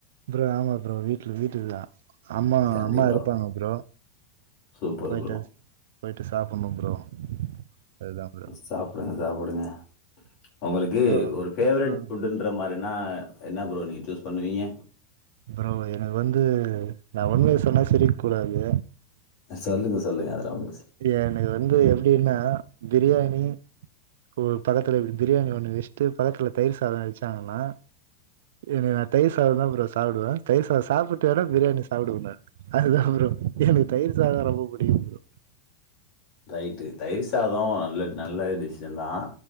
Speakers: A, on the right; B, on the left.
A: ப்ரோ ஆமா ப்ரோ வீட் சொல்லிடில்லா அம்மா
B: கண்டிப்பா.
A: அம்மா இருப்பாங்க ப்ரோ
B: சூப்பர்
A: போயிட்டு போயிட்டு சாப் ஆமா ப்ரோ அதுதா ப்ரோ
B: சாப்பற சாப் போடுங்க உங்களுக்கு
A: ப்ரோ
B: ஒரு ஃபேவரிட்
A: ம்
B: ஃபுட்டுன்ற மாரி என்ன என்ன ப்ரொ நீங்க சூஸ் பண்ணுவீங்க
A: ப்ரோ எனக்கு வந்து நான் உண்மைய சொன்னா சிரிக்க கூடாது
B: சொல்லுங்க சொல்லுங்க அதெல்ல ஒண்ணு ப்ரஸ்
A: அப்டியா எனக்கு வந்து எப்டினா பிரியாணி இப்போ ஒரு பக்கத்துல இப்டி பிரியாணி ஒண்ணு வச்சுட்டு பகத்துல தயிர் சாதோ வச்சாங்கனா என் நா தயிர் சாத தா ப்ரோ சாப்டுவே தயிர் சாத சாப்ட்டு வேணா பிரியாணி சாப்டுவே நானு அதுதா ப்ரோ எனக்கு தயிர் சாதோதா ரொம்ப புடிக்கு ப்ரோ
B: ரைட்டு தயிஸ் சாதோ நல்ல நல்ல டிசிஷன் தா